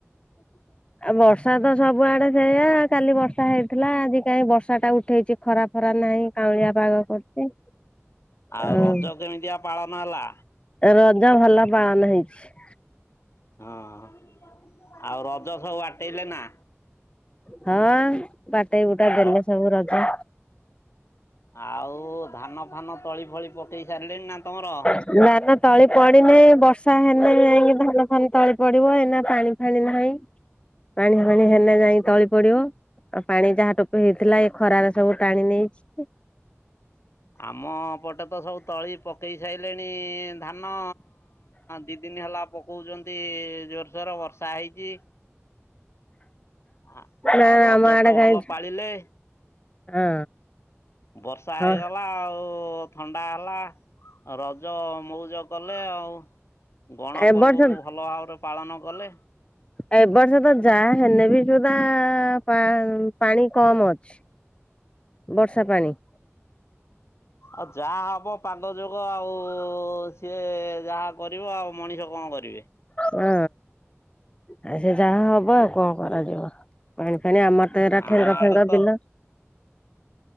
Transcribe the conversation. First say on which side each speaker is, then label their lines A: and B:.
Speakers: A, on the left; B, on the left.
A: ଅଠା <inaudible>
B: ଆ ବର୍ଷା ତ ସବୁଆଡେ ସେଇଆ କାଲି ବର୍ଷା ହେଇଥିଲା ଆଜି କାଁଇଁ ବର୍ଷା ଟା ଉଠେଇଚି ଖରାପ୍ ଖରା ନାହିଁ କାଉଁଳିଆ ପାଗ କରୁଚି
A: ଆଉ
B: ଅଁ
A: ରଜ କେମିତିଆ ପାଳନ ହେଲା?
B: ରଜ ଭଲ ପାଳନ ହେଇଚି।
A: ହଁ ଆଉ ରଜ ସବୁ ବାଟେଇଲେ ନା।
B: ହଁ ବାଟେଇ ବୁଟା ଦେଲେ
A: ର
B: ସବୁ ରଜ।
A: ଆଉ ଧାନ ଫାନ ତଳି ଫଳି ପକେଇ ସାରିଲେଣି ନା ତମର?
B: ଧାନ ତଳି ପଡି ନେଇଁ ବର୍ଷା ହେନେ ଯାଁଇକି ଧାନ ଫାନ ତଳି ପଡିବ ଏନା ପାଣି ଫାଣି ନାହିଁ। ପାଣି ଫାଣି ହେନେ ଯାଇଁ ତଳି ପଡିବ। ଆଉ ପାଣି ଯାହା ଟୋପ ହେଇଥିଲା ଏ ଖରାରେ ସବୁ ଟାଣି ନେଇଚି।
A: ଆମ ପଟେ ତ ସବୁ ତଳି ପକେଇ ସାଇଲେଣି ଧାନ ଦିଇ ଦିନି ହେଲା ପକୋଉଚନ୍ତି ଜୋର୍ସର ବର୍ଷା ହେଇଚି। ଆ
B: ନା
A: ଆଉ ରଜ
B: ଆମ ଆଡେ
A: ତ
B: କାଇଁ
A: ଭଲ ପାଳିଲେ।
B: ହଁ
A: ବର୍ଷା ହେଇଗଲା
B: ହଁ
A: ଆଉ ଥଣ୍ଡା ହେଲା ରଜ ମୋଉଜ କଲେ ଆଉ। ଗଣପର୍ବକୁ
B: ଏ ବର୍ଷ
A: ଭଲ ଭାବରେ ପାଳନ କଲେ।
B: ଏ ବର୍ଷ ତ ଯାହା ହେନେ ବି ସୁଧା ପାଁ ପାଣି କମ ଅଛି। ବର୍ଷା ପାଣି।
A: ଆଉ ଯା ହବ ପାଗ ଯୋଗ ଆଉ ସିଏ ଯାହା କରିବ ଆଉ ମଣିଷ କଣ କରିବେ।
B: ହଁ। ଆ ସେ ଯାହା ହବ ଆଉ କଣ କରାଯିବ ପାଣି ଫାଣି ଆମର ତ ଏରା ଠେଙ୍ଗ
A: ଆମ ଆଡେ
B: ଫେଙ୍ଗ
A: ତ
B: ବିଲ